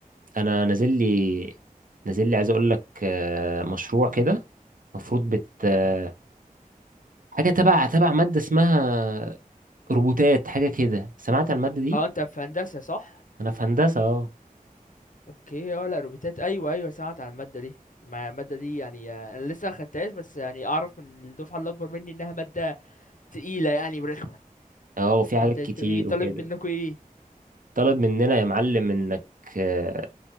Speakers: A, on the right; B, on the left.
A: انا نازل لي نازل لي عايز اقول لك آه، مشروع كده المفروض بت آه، حاجه تبع تبع ماده اسمها روبوتات حاجه كده سمعت عن الماده دي
B: اه انت في هندسه صح
A: انا في هندسه اه
B: اوكي اه لا روبوتات ايوه ايوه سمعت عن الماده دي ما الماده دي يعني آه، انا لسه ما خدتهاش بس يعني اعرف من الدفعه اللي اكبر مني انها ماده تقيله يعني ورخمه
A: اه وفي حاجات
B: انت انتوا
A: كتير
B: ايه طالب
A: وكده
B: منكم ايه
A: طلب مننا يا معلم انك آه،